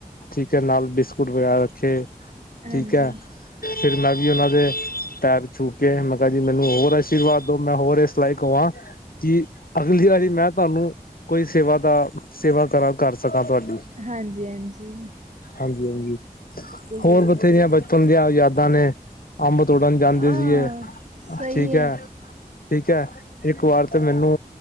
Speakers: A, on the left; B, on the right.
A: ਠੀਕ ਐ ਨਾਲ ਬਿਸਕੁਟ ਵਗੈਰਾ ਰੱਖੇ।
B: ਹਾਂਜੀ
A: ਠੀਕ ਐ ਫਿਰ ਮੈਂ ਵੀ ਓਨਾਂ ਦੇ ਪੈਰ ਛੂ ਕੇ, ਮੈਂ ਕਾ ਜੀ ਮੈਨੂੰ ਹੋਰ ਆਸ਼ੀਰਵਾਦ ਦੋ, ਮੈਂ ਹੋਰ ਏਸ ਲਾਈਕ ਹੋਵਾਂ। ਕਿ ਅਗਲੀ ਵਾਰੀ ਮੈਂ ਤੋਆਨੂੰ ਕੋਈ ਸੇਵਾ ਦਾ, ਸੇਵਾ ਕਰਾਂ ਕਾਰ ਸਕਾਂ ਤੁਆਡੀ।
B: ਹਾਂਜੀ-ਹਾਂਜੀ।
A: ਹਾਂਜੀ-ਹਾਂਜੀ
B: ਜੀ
A: ਹੋਰ
B: ਬਿਲਕੁਲ
A: ਬਥੇਰੀਆਂ ਬਚਪਨ ਦੀਆਂ ਯਾਦਾਂ ਨੇ। ਅੰਬ ਤੋੜਨ ਜਾਂਦੇ
B: ਹਾਂ
A: ਸੀਗੇ,
B: ਸਹੀ
A: ਠੀਕ
B: ਹੈ
A: ਐ, ਠੀਕ ਐ। ਏਕ ਵਾਰ ਤੇ ਮੈਨੂੰ